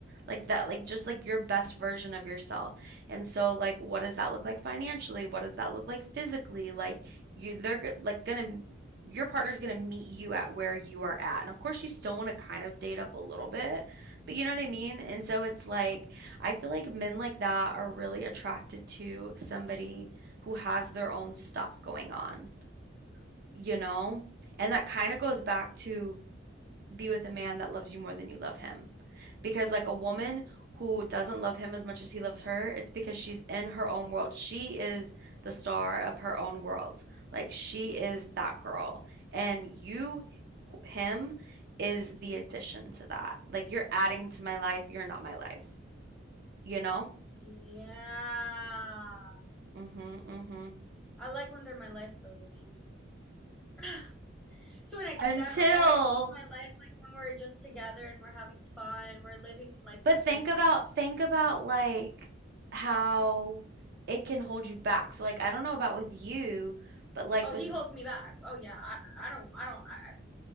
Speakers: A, on the right; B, in the centre.
A: like that like just like your best version of yourself. And so like what does that look like financially? What does that look like physically? Like you they're g- like gonna your partner's gonna meet you at where you are at and of course you still want to kind of date up a little bit but you know what i mean and so it's like i feel like men like that are really attracted to somebody who has their own stuff going on you know and that kind of goes back to be with a man that loves you more than you love him because like a woman who doesn't love him as much as he loves her, it's because she's in her own world. She is the star of her own world. Like she is that girl. And you him is the addition to that. Like you're adding to my life, you're not my life. You know?
B: Yeah.
A: Mhm, mhm.
B: I like when they're my life though, low key. <laughs> to an extent.
A: Until
B: Like I like when he's my life, like when we're just together and we're having fun and we're living like
A: but
B: the same
A: think
B: life.
A: about think about like how it can hold you back. So like I don't know about with you, but like
B: Oh,
A: with
B: he holds me back. Oh yeah, I I don't I don't I I-